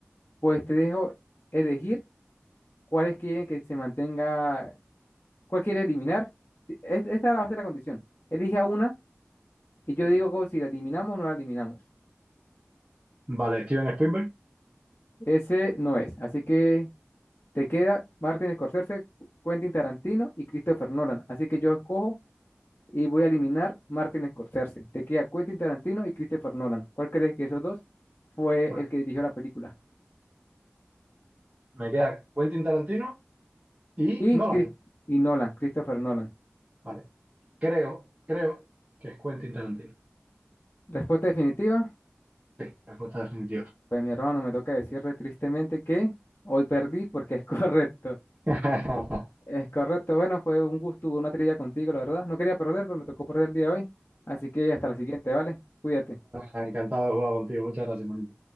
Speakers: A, on the left (about 50°); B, on the right (about 25°).
A: pues te dejo elegir cuáles quieren que se mantenga, cuál quieres eliminar. Ti- es- Esta va a ser la condición. Elige a una y yo digo como si la eliminamos o no la eliminamos.
B: Vale, Steven Spielberg.
A: Ese no es. Así que te queda Martin Scorsese, Quentin Tarantino y Christopher Nolan. Así que yo escojo y voy a eliminar Martin Scorsese. Te queda Quentin Tarantino y Christopher Nolan. ¿Cuál crees que esos dos fue
B: Vale.
A: el que dirigió la película?
B: Me queda Quentin Tarantino y
A: Y,
B: Nolan.
A: Chris- y Nolan, Christopher Nolan.
B: Vale, creo, creo que es Quentin Tarantino.
A: Respuesta definitiva.
B: Sí, respuesta definitiva.
A: Pues mi hermano, me toca decirle tristemente que hoy perdí porque es <laughs> correcto.
B: <laughs>
A: Es correcto. Bueno, fue un gusto, una trilla contigo, la verdad. No quería perder, pero me tocó perder el día de hoy. Así que hasta la siguiente, ¿vale? Cuídate.
B: Me encantado de jugar contigo. Muchas gracias, manito.